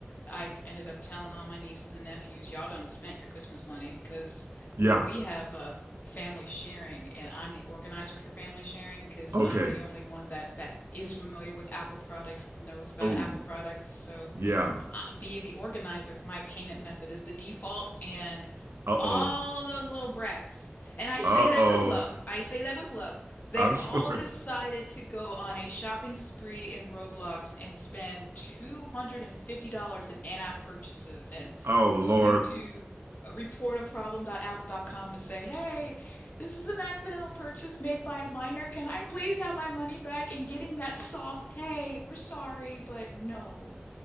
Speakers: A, on the left; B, on the right.
A: I ended up telling all my nieces and nephews, y'all done spent your Christmas money because
B: yeah
A: we have a family sharing, and I'm the organizer for family sharing because
B: okay
A: I'm the only one that that is familiar with Apple products, knows about
B: oh
A: Apple products. So,
B: yeah
A: I- being the organizer, my payment method is the default, and
B: uh-oh
A: all those little brats, and I say
B: uh-oh
A: that with love. I say that with love. They
B: i'm
A: all
B: <laughs> sure
A: decided to go on a shopping spree in Roblox and spend $250 in in-app purchases and
B: oh lord
A: going to r- reportaproblem.apple.com to say, "Hey, this is an accidental purchase made by a minor. Can I please have my money back?" And getting that soft, "Hey, we're sorry, but no."